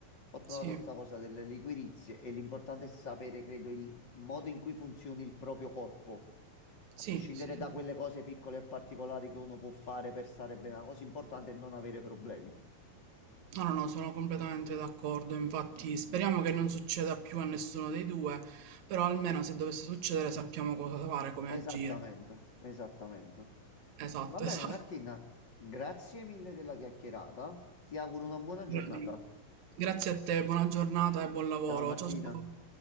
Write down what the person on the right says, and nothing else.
Sì,
sì,
sì. sì.
No, no, no, sono completamente d'accordo. Infatti, speriamo che non succeda più a nessuno dei due, però almeno se dovesse succedere sappiamo cosa fare, come
agire.
Esatto,
<laughs> esatto.
Quello lì. Grazie a te, buona giornata e buon lavoro.
Ciao ciao.